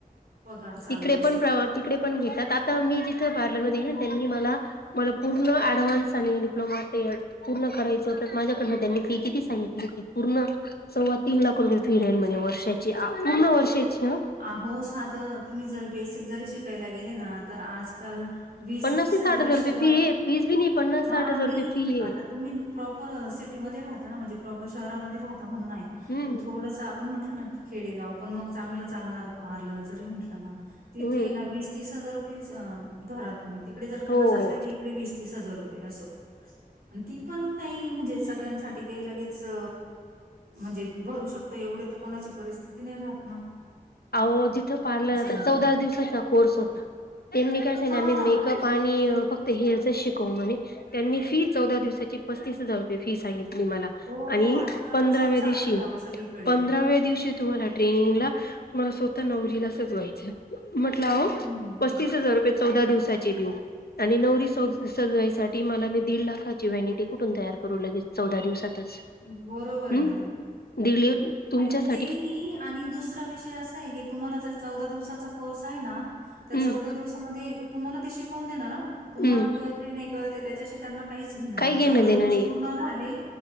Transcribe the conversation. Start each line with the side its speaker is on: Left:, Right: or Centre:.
Right: पगार चालू
Left: ईकडे
Right: असं.
Left: पण पवार तिकडे पण घेतात आता मी जिथं पार्लरमध्ये
Right: हो.
Left: ये ना त्यांनी त्यांनी मला मला पूर्ण ॲडव्हान्स आणि डप्लोमा पूर्ण करायचं होत माझ्याकडनं त्यांनी फी किती सांगितली होती पूर्ण सव्वा तीन लाख रुपये फी राहील म्हने वर्षाची पूर्ण वर्षाची ह
Right: अहो साध तुम्ही जरी बेसिक जरी शिकायला गेले ना तर आजकाल वीस-तीस
Left: पन्नास ते साठ
Right: हजाराशिवाय
Left: हजार रुपये फी आहे वीस बी नाही पन्नास
Right: हा
Left: साठ हजार
Right: नाही
Left: रुपये फी आहे
Right: आता तुम्ही प्रॉपर सिटीमध्ये राहता ना म्हणजे प्रॉपर शहरामध्ये राहता म्हणून नाही
Left: हम्म
Right: पण थोडसं पण म्हटलं ना की खेडेगाव पण मग चांगलं चालणार पार्लर जरी म्हटलं ना तिथे
Left: हम्म
Right: ना वीस, तीस हजार रुपये धरा तुम्ही तिकडे जर पन्नास
Left: हो
Right: असले
Left: हो
Right: तर इकडे वीस तीस हजार रुपये असं. ती पण काही म्हणजे सगळ्यांसाठी काही लगेच अ म्हणजे भरू शकत एवढे तर कोणाची परिस्थिती नाही राहत ना.
Left: अहो जिथं पार्लर
Right: असं
Left: आता
Right: होऊन जातं.
Left: चौदा दिवसाचा कोर्स होता, त्यांनी काय सांगितले
Right: हां.
Left: आम्ही मेकअप आणि फक्त हेरचच शिकव म्हणे त्यांनी फी चौदा दिवसाची पस्तीस हजार रुपये फी सांगितली. मला
Right: हो,
Left: आणि
Right: आता
Left: पंधराव्या
Right: असंच चालू
Left: दिवशी,
Right: आहे अहो सगळीकडे.
Left: पंधराव्या दिवशी तुम्हीला ट्रेनिंग ला तुम्हला स्वतः नवरीला साजवायचं आहे, मी म्हंटल अहो
Right: हं,
Left: पस्तीस हजार रुपये चौदा दिवसाचे देऊ. आणि नवरी सजवाईसाठी मला मी दीड लाखाची व्हॅनिटी कुठून तयार करू लगेच चौदा दिवसातच.
Right: बरोबर आहे
Left: हम्म
Right: ना,
Left: दिली तुमच्यासाठी
Right: आणि ते ही आणि दुसरा विषय असा आहे की तुम्हाला जर चौदा दिवसाचा कोर्स आहे ना त्या
Left: हम्म
Right: चौदा दिवसामध्ये तुम्हाला ते शिकवून देणार ह, तुम्हाला
Left: हम्म
Right: कळते नाही कळते त्याच्या शी त्यांना काहीच घेण नाही,
Left: काही घेणं
Right: चौदा
Left: देणं
Right: दिवस
Left: नाही.
Right: पूर्ण झाले,